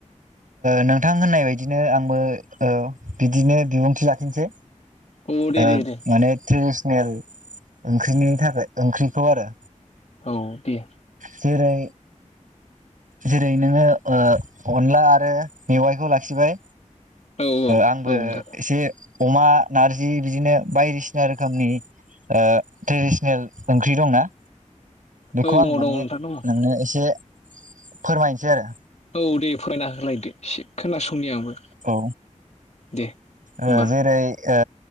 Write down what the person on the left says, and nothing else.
औ दे
दे दे
औ दे
औ
औ नोंथां
औ
दङ
दङ नोंथां दङ
औ दे फोरमायना होलायदो एसे खोनासं नि आंबो।
दे होमबा